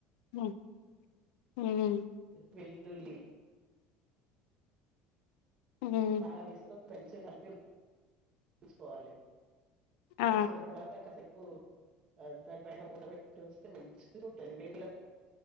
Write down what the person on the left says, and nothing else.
మ్ హ్మ్
హ్మ్.
ఆ!